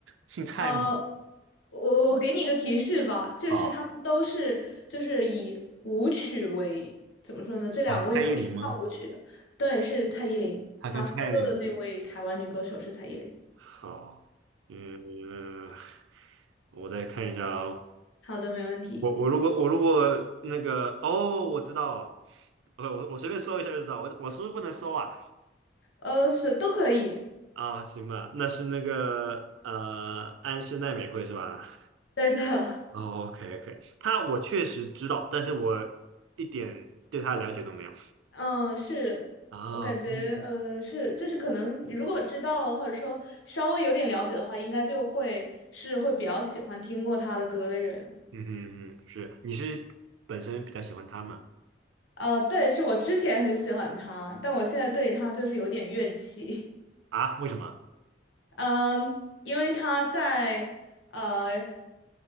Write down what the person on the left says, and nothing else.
呃，我我给你一个提示吧，就是他们都是就是以舞曲为怎么说呢？
这两位都是唱舞曲的，
对，是蔡依林，
她合作的那位台湾女歌手是蔡依林。
好的，没问题。
呃，是都可以，
对的。<laughs>
嗯，是，
我感觉，
嗯，是，就是可能，你如果知道或者说稍微有点了解的话，应该就会是会比较喜欢听过他的歌的人。
呃，对，是我之前很喜欢他，但我现在对他就是有点怨气。
<laughs> 嗯，因为他在呃